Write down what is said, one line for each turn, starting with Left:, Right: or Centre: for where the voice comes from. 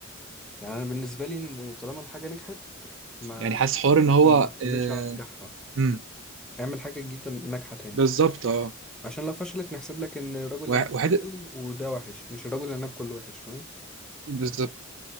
Centre: <laughs> يعني أنا بالنسبة لي إن طالما الحاجة نجحت ما
Right: يعني
Centre: آه،
Right: حاسس حوار ان
Centre: ما
Right: هو آه،
Centre: نكملش على نجاحها
Right: امم
Centre: اعمل حاجة جديدة ناجحة تاني
Right: بالظبط اه
Centre: عشان لو فشلت نحسب لك ان الراجل اللي
Right: وح-
Centre: عمل
Right: وحته
Centre: حلو وده وحش مش الراجل اللي عناب كله وحش فاهم
Right: بالظبط